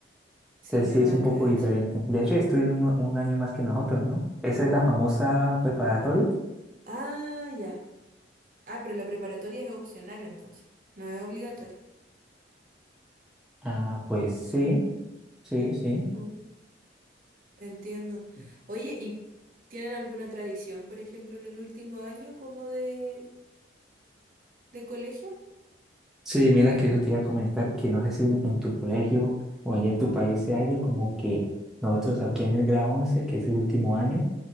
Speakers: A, on the right (about 45°); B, in the centre.
A: sí,
B: entonces
A: no,
B: sí es
A: acá
B: un poco diferente.
A: sí.
B: De hecho, estudian un, un año más que nosotros, ¿no? Esa es la famosa preparatoria.
A: Ah, ya. Ah, pero la preparatoria es opcional entonces, no es obligatoria.
B: Ah, pues sí, sí, sí.
A: Mm. Entiendo. Oye, ¿y tienen alguna tradición, por ejemplo, en el último año como de, de colegio?
B: Sí, mira que eso te iba a comentar, que no sé si en, en tu colegio o allá en tu país se haya como que nosotros aquí en el grado 11, que es el último año,